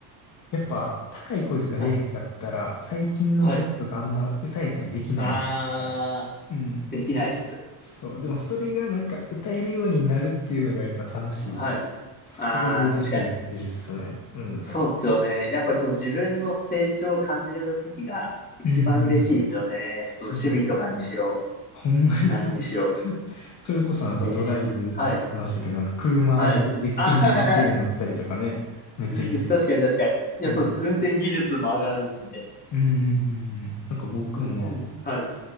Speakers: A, on the left (about 45°); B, on the left (about 20°).
A: やっぱ高い声とか出えへんかったら、
B: はい。
A: 最近の曲とかあんま歌えたりできないじゃないですか。
B: はい。あー。
A: うん。
B: できないっす。
A: そう。でもそれがなんか歌えるようになるっていうのがやっぱ楽しいし、
B: はい。
A: そ、
B: あー、
A: それでずっと言ってるっすね。
B: 確かに。
A: うん。
B: そうですよね。やっぱりこう自分の成長を感じれた時が一番嬉しいですよね。
A: うんうん。
B: その趣味とかにしろ、
A: そうそうそう。ほんまにそう。
B: 何にしろ。
A: <laughs> それこそなんかドライブって言ってましたけど、
B: ええはい、
A: なんか車がで運転できるようになったりとかね、
B: はい。あ、<laughs> 確かに確かに。
A: めっちゃいいっすよね。
B: いや、
A: うん。
B: そうです。運転技術も上がるんで。
A: うんうんうんうん。なんか僕もまあ、
B: うんうんはい。